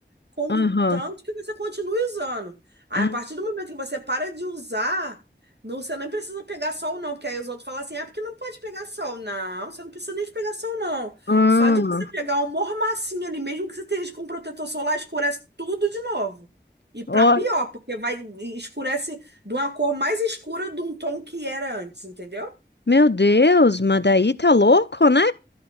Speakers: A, on the right (about 65°); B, on the left (about 65°).
A: com
B: Aham.
A: o tanto que você continue usando. Aí,
B: Ah,
A: a partir do momento que você para de usar, não, você nem precisa pegar sol, não, porque aí os outros falam assim: é porque não pode pegar sol. Não, você não precisa nem de pegar sol, não.
B: ah.
A: Só de você pegar um mormacinho ali, mesmo que você esteja com protetor solar, escurece tudo de novo. E para
B: Ó,
A: pior, porque vai escurece de uma cor mais escura de um tom que era antes, entendeu?
B: meu Deus, mas daí tá louco, né?